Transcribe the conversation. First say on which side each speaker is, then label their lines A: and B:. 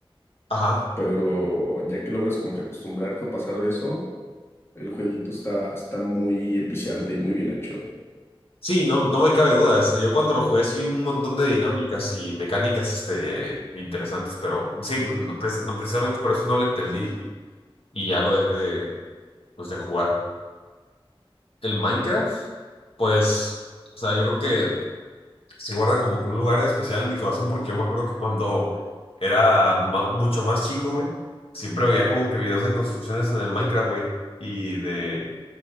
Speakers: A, on the left; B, on the left.
A: Ajá.
B: pero ya que logras como que acostumbrarte o pasar de eso, el jueguito está, está muy enviciante y muy bien hecho.
A: Sí, no, no me cabe duda, este, yo cuando lo jugué sí vi un montón de dinámicas y mecánicas, este, interesantes, pero sí, no, pre- no, precisamente por eso no lo entendí y, y ya lo dejé de, pues, de jugar. El Minecraft, pues, o sea, yo creo que sí guarda como que un lugar especial en mi corazón, porque yo me acuerdo que cuando era ma- mucho más chico, güey, siempre veía como que videos de construcciones en el Minecraft, güey, y de,